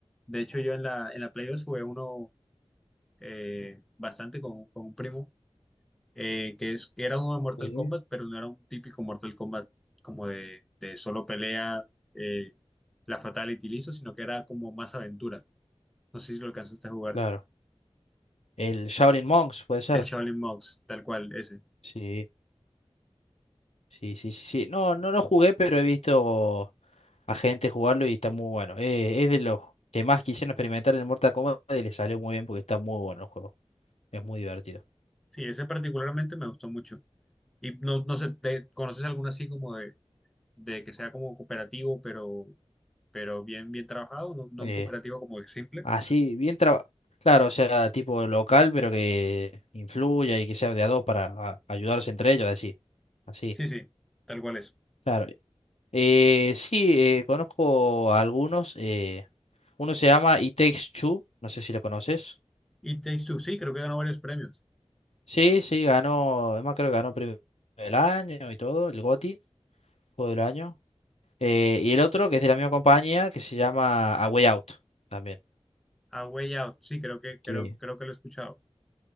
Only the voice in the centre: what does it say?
De hecho, yo en la, en la Play 2 jugué uno eh, bastante con, con un primo, eh, que, es, que era uno de Mortal
Kombat, pero no era un típico Mortal Kombat como de, de solo pelea, eh, la Fatality listo, sino que era como más aventura. No sé si lo alcanzaste a jugar.
El Shaolin Monks, tal cual, ese.
Sí, ese particularmente me gustó mucho. Y no, no sé, ¿te conoces alguno así como de, de que sea como cooperativo, pero, pero bien, bien trabajado, no, no
un cooperativo como simple.
Sí, sí, tal cual es.
Y Takes Two, sí, creo que ganó varios premios.
A Way Out, sí, creo que, creo,
creo que lo he escuchado.